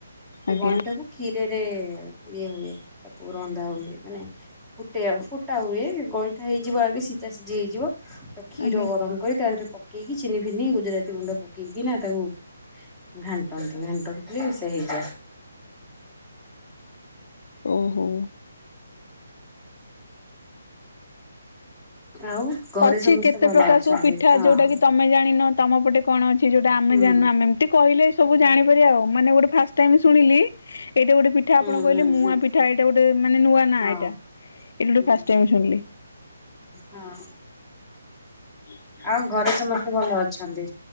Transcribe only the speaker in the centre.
ସେ
ଗଇଁଟାକୁ କ୍ଷୀରରେ ଇଏ ହୁଏ ତାକୁ ରନ୍ଧା ହୁଏ ମାନେ ଫୁଟେ ଆଉ ଫୁଟା ହୁଏ ଗଇଁଠା ହେଇଯିବ ଆଗେ ସୀତା ସିଝି ହେଇଯିବ କ୍ଷୀର
ଗରମ କରି ତାହରେ ପକେଇକି ଚିନି ଫିନି ଗୁଜୁରାତି ଗୁଣ୍ଡ ପକେଇକି ନା ତାକୁ ଘାଣ୍ଟନ୍ତି ଘାଣ୍ଟଟି ଫଲି ସେ ହେଇଯା
ହଁ ଆଉ ଘରେ
ସମସ୍ତେ
ଭଲ
ଅଛନ୍ତି
ହଁ
ହୁଁ
ହୁଁ
ହୁଁ
ହୁଁ ହୁଁ
ହଁ
ହୁଁ
ହଁ।
ଆଉ ଘରେ ସମସ୍ତେ ଭଲ ଅଛନ୍ତି।